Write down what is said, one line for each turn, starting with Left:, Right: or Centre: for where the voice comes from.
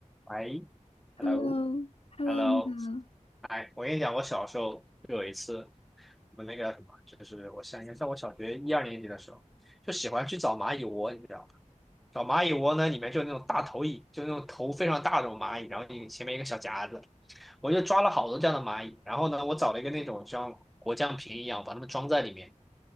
Centre: 喂，hello
Left: h e l l o h e
Centre: hello，
Left: l l o 你好。
Centre: 哎，我跟你讲，我小时候就有一次，我那个什么，就是我想应该在我小学一二年级的时候，就喜欢去找蚂蚁窝，你知道吗？找蚂蚁窝呢，里面就有那种大头蚁，就那种头非常大的那种蚂蚁，然后一前面一个小夹子，我就抓了好多这样的蚂蚁，然后呢，我找了一个那种像果酱瓶一样，把它们装在里面，